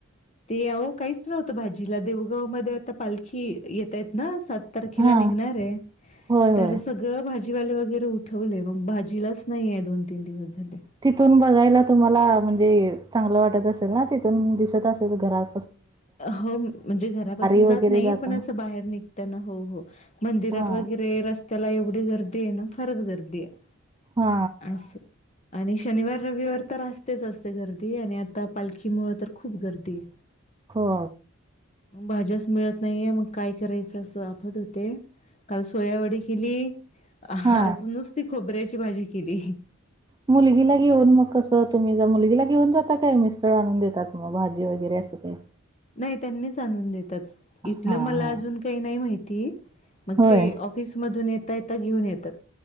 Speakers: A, on the left (about 30°); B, on the right (about 20°).
A: ते आओ काहीच न्हवत भाजी जिल्हा देहूगाव मध्ये आता पालखी ये येता येत ना सा तरखेला
B: हा
A: निघणार हाय,
B: होय
A: तर
B: होय
A: सगळं भाज जीवाले वगैरे उठवले, मग भाजीलाच नाहीेये दोन तीन दिवस झाले
B: तिथून बघायला तुम्हाला म्हणजे चांगलं वाटत असेल ना, तिथून दिसत असेल घरात
A: अ हो, म्हणजे घरापासून
B: वगैरे
A: जात नाही,
B: जाताना
A: पण अस बाहेर निघताना हो हो, मंदिरात
B: हा
A: वगैर रे रस्त्याला एवढी गर्दी आहे ना फारच गर्दी आहे.
B: हा.
A: असं आणि शनिवार, रविवार तर असतेच असते गर्दी आणि आता पालखीमुळं तर खूप गर्दी.
B: हो.
A: भाज्याच मिळत नाहीये मग काय करायचं असं आफत होते. काल सोयावडी केली,
B: हा
A: आज नुसती खोबऱ्याची भाजी केली.
B: मुलगीला घेऊन मग कसं तुम्ही ज् मुलगीला घेऊन जाता काय, मिस्टर आणून देेतता मग भाजी वगैरे? कसं ते?
A: नाही त्यांनीच आणून देतात, इथलं
B: हा
A: मला
B: हा
A: अजून काही नाही माहिती. मग
B: होय
A: ते ऑफिस मधून येता येता घेऊन येतात.